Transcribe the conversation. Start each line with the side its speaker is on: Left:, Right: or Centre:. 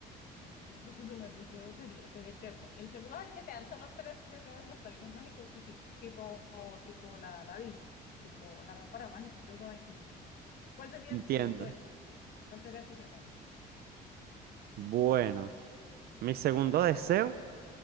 Left: Ok, Entonces, el primer deseo sería ser eterno. El segundo es el que te dan solo tres deseos los padrinos mágicos, tipi- tipo, tipo la ladino, tipo la lámpara mágica y toda esa vaina. ¿Cuál sería
Right: Entiendo.
Left: tu segundo deseo? ¿Cuál sería tu segundo?
Right: Bueno, mi segundo deseo